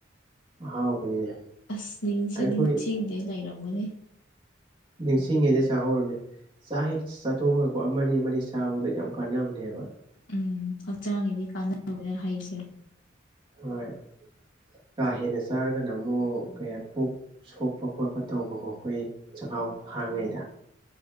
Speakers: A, on the right; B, on the left.
A: ꯑꯍꯥꯎꯕꯅꯤꯅꯦ꯫
B: ꯑꯁ ꯅꯤꯡꯁꯨ
A: ꯑꯩꯈꯣꯏ
B: ꯅꯤꯡꯁꯤꯡꯗꯦ ꯂꯩꯔꯝꯒꯅꯤ꯫
A: ꯅꯤꯡꯁꯤꯡꯉꯤꯗ ꯆꯥꯍꯧꯔꯣꯅꯦ꯫ ꯆꯥꯛ ꯍꯦꯛ ꯆꯥꯇꯣꯛꯄꯒꯀꯣ ꯑꯃꯅꯤ ꯑꯃꯅꯤ ꯆꯥꯕꯗ ꯌꯥꯝ ꯀꯥꯟꯅꯕꯅꯦꯕ꯫
B: ꯎꯝ ꯍꯛꯆꯥꯡꯒꯤꯗꯤ ꯀꯥꯟꯅꯅꯕꯅꯦ ꯍꯩꯁꯦ꯫
A: ꯍꯣꯏ ꯀꯥ ꯍꯦꯟꯅ ꯆꯥꯔꯒꯅ ꯑꯃꯨꯛ ꯀꯌꯥ ꯄꯨꯛ ꯁꯣꯛꯄ ꯈꯣꯠꯄ ꯇꯧꯕꯀꯣ ꯑꯩꯈꯣꯏ ꯆꯈꯥꯎ ꯍꯥꯡꯉꯤꯉꯩꯗ꯫